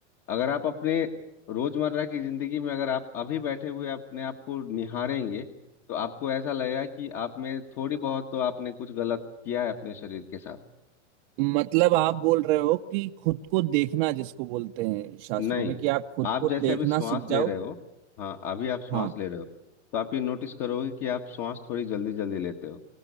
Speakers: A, on the left (about 40°); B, on the right (about 45°).
A: अगर आप अपने रोजमर्रा की जिंदगी में अगर आप अभी बैठे हुए अपने आप को निहारेंगे तो आपको ऐसा लगेगा कि आप में थोड़ी बहुत तो आपने कुछ गलत किया है अपने शरीर के साथ
B: मतलब आप बोल रहे हो कि खुद को देखना जिसको बोलते हैं शास्त्रों
A: नहीं
B: में कि आप खुद
A: आप
B: को
A: जैसे
B: देखना
A: अभी श्वास
B: सीख
A: ले
B: जाओ
A: रहे हो हाँ अभी आप श्वास
B: हाँ
A: ले रहे हो तो आप ये नोटिस करोगे कि आप श्वास थोड़ी जल्दी जल्दी लेते हो